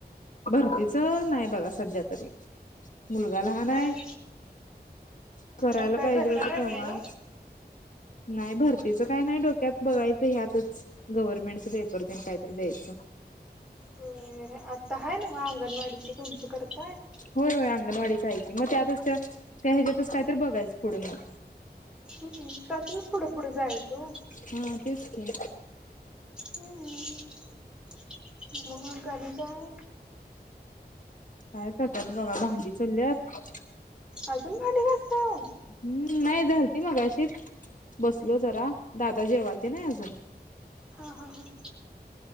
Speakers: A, on the left; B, in the centre.
A: तीचं नाही बघा सध्या तरी मुलगा लहान
B: का
A: आहे
B: ओ?
A: करायला
B: मग काय
A: पाहिजे
B: करणार
A: होत
B: आहे
A: तेव्हाच
B: पुढं?
A: नाही भरतीच काय नाही डोक्यात बघायचं ह्यातच गव्हर्नमेंटचा पेपर देन काहीतरी द्यायचं
B: होय आता आहे ना म अंगणवाडीचे तुमच करताय
A: होय होय अंगणवाडीच आहे मग त्यातच त्या त्या ह्याच्यातच कायतर बघायच पुढं मग
B: हम् त्यातनचनच पुढे पुढे जायचो
A: हा तेच की
B: हम्मम् मग आणि काय
A: काय करत्यात बघा भांडी चाल्यात
B: अजून भडी घसा हो
A: हम्म नाही झालती मगाशीच बसलो जरा दादा जेवालते ना अजून
B: हा हा हा